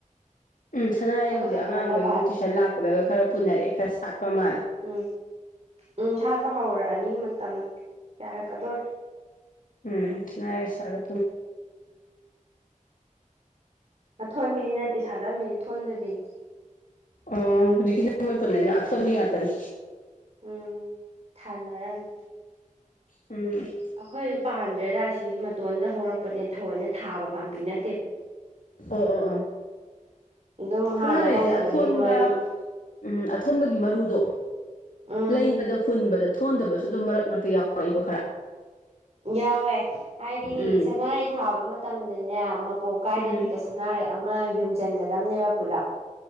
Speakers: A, on the left; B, on the right.
A: ꯎꯝ ꯁꯥꯟꯅꯔꯛꯦ
B: ꯑꯃꯈꯛꯇꯪꯒ
A: ꯍꯧꯖꯤꯛ ꯑꯉꯥꯡꯈꯩꯁꯨ
B: ꯄꯥꯜꯂꯦ
A: ꯇꯨꯏꯁꯟ ꯂꯥꯛꯄꯗꯒ ꯈꯔ ꯄꯨꯅꯔꯑꯦ ꯈꯔ ꯁꯥꯠꯄ ꯃꯥꯜꯂꯦ
B: ꯎꯝ ꯎꯝ ꯁꯥꯠꯄ ꯍꯧꯔꯛꯑꯅꯤ ꯃꯇꯝ ꯌꯥꯔꯛꯀꯗꯣꯔꯦ
A: ꯎꯝ ꯎꯝꯥꯏꯁꯂꯄꯅ
B: ꯑ ꯊꯣꯟꯕꯤꯗꯤ ꯅꯠꯇꯦ ꯁꯥꯠꯂꯝꯃꯤꯅꯤ ꯊꯣꯟꯗꯕꯤꯅꯤ
A: ꯑꯣ ꯍꯧꯖꯤꯣꯏ ꯑꯁ ꯉꯇꯅꯤ
B: ꯎꯝ ꯊꯥꯅꯔꯝꯦ
A: ꯎꯝ
B: ꯑꯩꯈꯣꯏꯗꯣ ꯄꯥꯟꯗ꯭ꯔꯦꯗ ꯑꯁꯤ ꯃꯇꯣꯟꯗ ꯍꯧꯔꯛꯄꯅꯦ ꯊꯥꯑꯣꯏꯅꯥ ꯊꯥꯕ ꯄꯥꯝꯕꯤ ꯅꯠꯇꯦꯕ
A: ꯑꯣ ꯑꯣ ꯑꯣ
B: ꯑꯗꯨꯝ ꯍꯥꯟꯅ
A: ꯁꯥꯅꯥꯔꯩꯁꯦ
B: ꯍꯧꯈꯤꯕꯒꯤ
A: ꯑꯊꯣꯟꯕ
B: ꯃꯔꯨ
A: ꯎꯝ ꯑꯊꯣꯟꯕꯒꯤ ꯃꯔꯨꯗꯣ
B: ꯎꯝ
A: ꯂꯩꯕꯗ ꯍꯨꯟꯕꯗ ꯊꯣꯟꯗꯕꯁꯨ ꯑꯗꯨꯝ ꯃꯔꯛ ꯃꯔꯛꯇ ꯌꯥꯎꯔ ꯑꯩꯗꯣ ꯈꯔ
B: ꯌꯥꯎꯋꯦ ꯍꯥꯏꯗꯤ
A: ꯎꯝ
B: ꯁꯅꯥꯔꯩ ꯊꯥꯕ ꯃꯇꯝꯗꯅꯦ ꯃꯄꯣꯞ ꯀꯥꯏꯗꯕꯤꯗ
A: ꯎꯝ
B: ꯁꯅꯥꯔꯩ ꯑꯃ ꯌꯨꯡꯁꯤꯟꯒꯗꯕꯅꯦꯕ ꯄꯨꯂꯞ